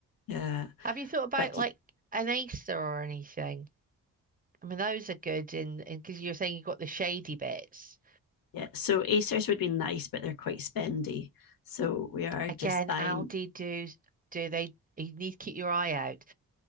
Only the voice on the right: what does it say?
Have you thought about
like an Acer or anything? I mean, those are good in because you're saying you got the shady bits.
Again,
Aldi do do they you need to keep your eye out.